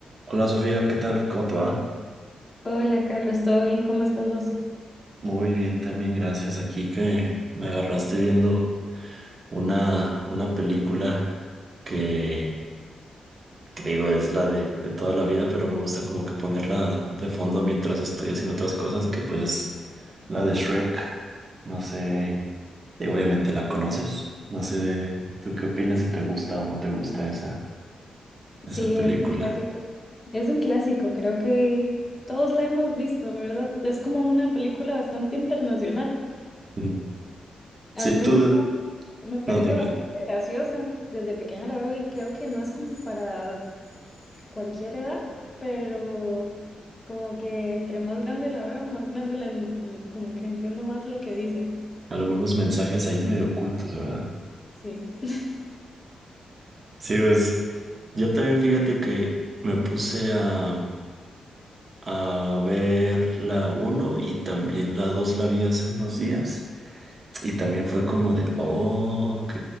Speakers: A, on the right; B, on the left.
A: Hola Sofía, ¿qué tal? ¿Cómo te va?
B: Hola Carlos, ¿todo bien? ¿Cómo estás vos?
A: Muy bien, también gracias. Aquí que me agarraste viendo una, una película que, que digo es la de, de toda la vida, pero me gusta como que ponerla de fondo mientras estoy haciendo otras cosas, que pues es la de Shrek. No sé, digo, obviamente la conoces. No sé, ¿tú qué opinas si te gusta o no te gusta esa, esa
B: Sí,
A: película?
B: es un clásico. Es un clásico, creo que todos la hemos visto, ¿verdad? Es como una película bastante internacional.
A: Ujú.
B: A
A: Sí,
B: mí me
A: tú,
B: encanta, me parece
A: no, dime,
B: bastante graciosa. Desde pequeña la veo y creo que no es como para cualquier edad, pero como que entre más grande la veo, más grande la en- como que entiendo más lo que dice.
A: algunos mensajes ahí medio ocultos, ¿verdad?
B: Sí. <laughs>
A: Sí, pues yo también fíjate que me puse a, a ver la uno y también la 2 la vi hace unos días y también fue como de, oh, ok,